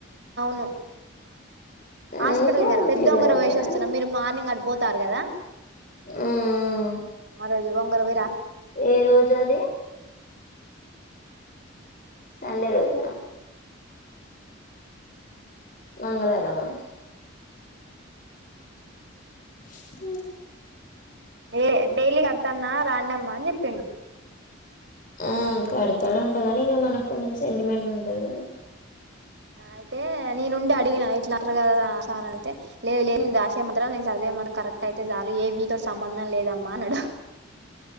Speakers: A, on the right; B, on the left.
A: న హాస్పిటల్
B: ఎందుకు
A: పెద్ద
B: ఫీవర్
A: ఉంగర
B: ఉండేనా
A: వేసి వస్తున్నారు మీరు మార్నింగ్ అడి పోతారు కదా
B: మ్మ్
A: రజు వంగరవ
B: ఏ రోజు అది సంండే రోజ మంగళవారంమా హ
A: ఏ డైలీ కడతానా రాండమ్మా అని చెప్పిండు
B: ఆ కడతాడు ఉంటాగాని ఇంకా మనకు కొంచెం సెంటిమెంట్ ఉంటది కదా
A: అయితే నేను ఉండి అడిగిన ఇట్లా అ కదా సార్ అయితే లేదు లేదు నేను రాసి చేయమంటార నేను చదివేమను కరెక్ట్ అయితే చాలు ఏమ కూడా సంబంధం లేదమ్మా అన్నాడు